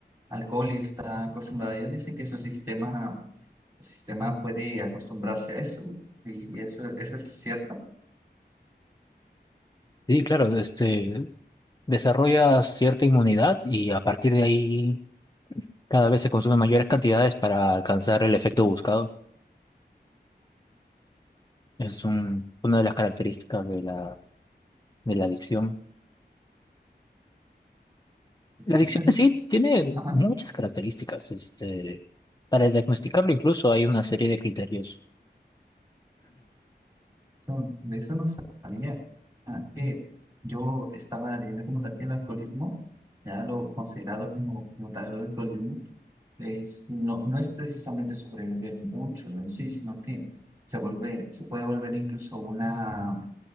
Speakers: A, on the right; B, on the left.
A: alcohol y está acostumbrado, ellos dicen que su sistema, su sistema puede acostumbrarse a eso. Y eso, eso es cierto.
B: Sí, claro, este, desarrolla cierta inmunidad y a partir de ahí cada vez se consumen mayores cantidades para alcanzar el efecto buscado. Es un- una de las características de la, de la adicción. La adicción
A: Entonces,
B: en sí tiene
A: ajá.
B: muchas características. Este, para diagnosticarlo incluso hay una serie de criterios.
A: Eso- de eso no sabía. Ah, Que yo estaba leyendo como tal que el alcoholismo, ya lo considerado como, como tal el alcoholismo, es, no, no es precisamente sobrevivir mucho en sí, sino que se vuelve, se puede volver incluso una